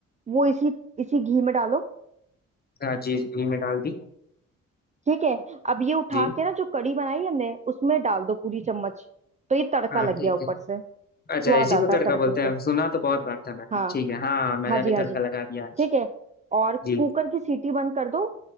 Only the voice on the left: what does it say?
हाँ जी घी में डाल दी
जी
हाँ
ठीक
है
अच्छा इसी
को
तड़का
बोलते
हैं सुना तो बहुत बार था मैंने
ठीक है हाँ मैंने
भी
तड़का
लगा दिया आज
जी